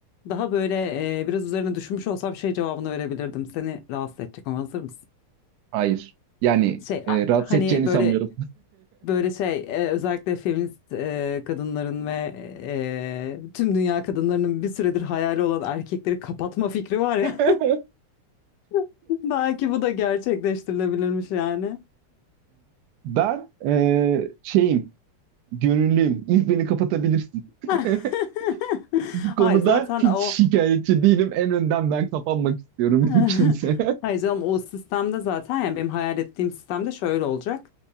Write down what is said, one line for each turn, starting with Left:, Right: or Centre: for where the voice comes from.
Left: daha böyle e, biraz üzerine düşünmüş olsam şey cevabını verebilirdim. Seni rahatsız edecek ama hazır mısın?
Right: Hayır. Yani
Left: Şey
Right: e,
Left: a-
Right: rahatsız
Left: hani
Right: edeceğini
Left: böyle
Right: sanmıyorum.
Left: böyle şey e, özellikle feminist e, kadınların ve e, tüm dünya kadınlarının bir süredir hayali olan erkekleri kapatma fikri var ya.
Right: <laughs>
Left: <laughs> Belki bu da gerçekleştirilebilirmiş yani.
Right: Ben eee, şeyim, gönüllüyüm. İlk beni kapatabilirsin.
Left: <laughs>
Right: <laughs> Bu
Left: <laughs>
Right: konuda
Left: Hayır zaten
Right: hiç
Left: o
Right: şikayetçi değilim. En önden ben kapanmak istiyorum
Left: <laughs>
Right: <laughs> mümkünse.
Left: Hayır canım o sistemde zaten yani benim hayal ettiğim sistemde şöyle olacak.